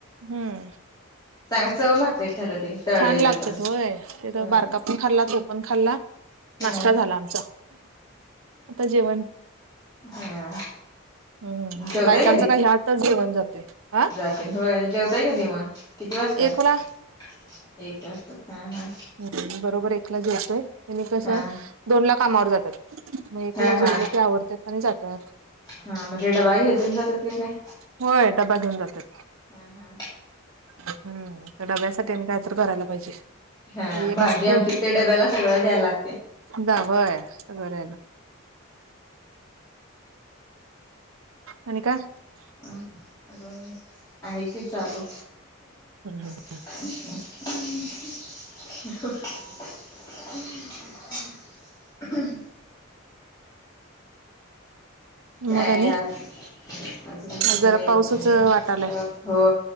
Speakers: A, on the right; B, on the left.
A: हम्म.
B: चांग, चव लागतय खरं ते. तळलेलं
A: छान लागत्यात
B: पण
A: होय, ते तर
B: होय
A: बारका पण खाल्ला, तो पण खाल्ला. नाश्ता
B: हा
A: झाला आमचा, आता जेवण.
B: हा
A: हम्म,
B: जेवताय
A: बायकांच काही ह्यातच जेवण जातोय. आं
B: व्हय, जेवताय कधी मग? किती वाजत्यात?
A: एकला
B: एक वाजतात हा, हा.
A: ह्, बरोबर एकला जेवतोय, हेनी कस,
B: हा
A: दोनला कामावर जात्यात. मग एकला
B: हा हा
A: जेवलं ते आवरत्यात आणि जात्यात.
B: हा मग ते डबा घेत्यात अन जात्यात कि काय?
A: होय डबा घेऊन जात्यात.
B: हा, हा.
A: हम्म, त्या डब्यासाठी आणि कायतर करायला पाहिजे.
B: हा,
A: काही एक
B: भाजी-आमटी
A: असते
B: ते डब्याला सगळं द्यायला लागतय?
A: जा, व्हय, सगळ द्याय लागतय. आणि काय?
B: आं. अजून, आहे की चालु.
A: हम, हं.
B: <unintelligible> <unintelligible> काय
A: मग आणि
B: आज - अजून काही
A: जरा
B: नाही
A: पाऊसच
B: बघा.
A: वाटालाय
B: हो,